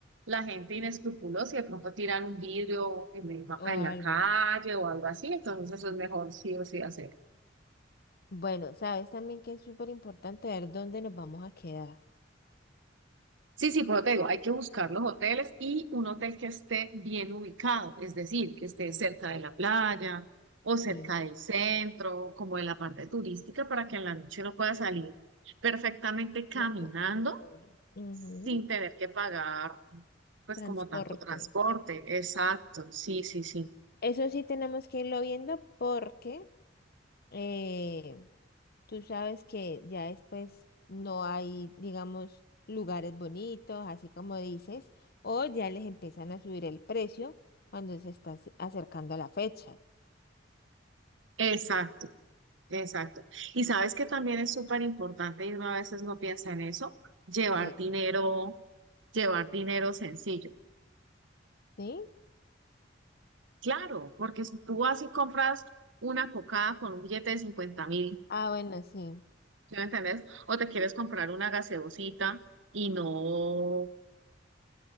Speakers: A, on the right (about 90°); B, on the left (about 55°).
A: la gente inescrupulosa y de pronto tiran un vidrio en, el-
B: o
A: en
B: algo.
A: la calle o algo así, entonces eso es mejor sí o sí hacer.
B: Bueno, sabes también que es súper importante ver dónde nos vamos a quedar.
A: Sí, sí, pero te digo, hay que buscar los hoteles y un hotel que esté bien ubicado, es decir, que esté cerca de la playa o cerca
B: Sí,
A: del centro, como de la parte turística, para que en la noche uno pueda salir perfectamente caminando
B: no, co- no, hombre. Ujú,
A: sin tener que pagar, pues
B: Transporte.
A: como tanto transporte. Exacto, sí, sí, sí.
B: Eso sí tenemos que irlo viendo porque eh, tú sabes que ya después no hay, digamos, lugares bonitos, así como dices, o ya les empiezan a subir el precio cuando se está ace- acercando la fecha.
A: Exacto, exacto. Y sabes que también es súper importante y uno a veces no piensa en eso, llevar
B: ¿Qué?
A: dinero, llevar dinero sencillo.
B: ¿Sí?
A: Claro, porque si tú vas y compras una cocada con un billete de 50 mil,
B: Ah, bueno, sí.
A: ¿sí me entendés? O te quieres comprar una gaseosita y no